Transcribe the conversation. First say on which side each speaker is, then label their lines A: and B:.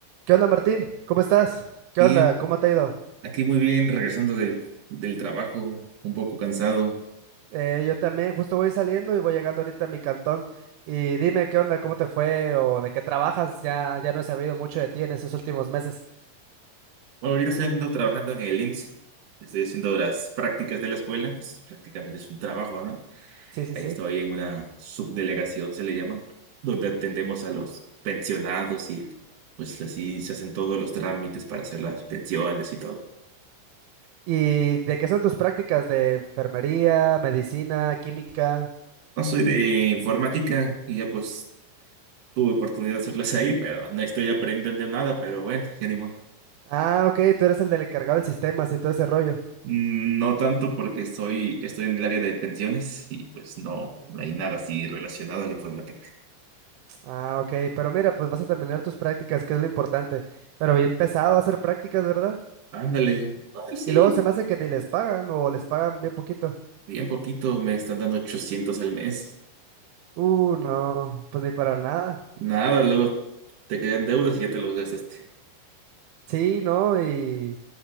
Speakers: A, on the right; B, on the right.
A: ¿Qué onda, Martín? ¿Cómo estás? ¿Qué
B: Y
A: onda? ¿Cómo te ha ido?
B: aquí muy bien, regresando del, del trabajo, un poco cansado.
A: Eh, yo también justo voy saliendo y voy llegando ahorita a mi cantón. Y dime, ¿qué onda? ¿Cómo te fue? ¿O de qué trabajas? Ya, ya no he sabido mucho de ti en estos últimos meses.
B: Bueno, ahorita estoy ando trabajando en el IMSS. Estoy haciendo las prácticas de la escuela, pues prácticamente es un trabajo, ¿no?
A: Sí, sí,
B: Ahí
A: sí.
B: estoy en una subdelegación, se le llaman, donde atendemos a los pensionados y pues así se hacen todos los trámites para hacer las pensiones y todo.
A: ¿Y de qué son tus prácticas? ¿De enfermería, medicina, química?
B: No soy de informática y ya pues tuve oportunidad de hacerlas ahí, pero no estoy aprendiendo nada, pero bueno, ya ni modo.
A: Ah, ok, tú eres el del encargado del sistema, y todo ese rollo.
B: Mm, No tanto porque estoy, estoy en el área de pensiones y pues no,
A: Mm,
B: no hay nada así relacionado a la informática.
A: Ah, ok, pero mira, pues vas a terminar tus prácticas, que es lo importante. Pero bien pesado hacer prácticas, ¿verdad?
B: Ándale, ay, sí,
A: Y luego se me hace que ni les pagan o les pagan bien poquito.
B: bien poquito, me están dando 800 al mes.
A: Uh, no, pues ni para nada.
B: Nada, luego te quedan deudas y ya te los gastaste.
A: Sí, no, y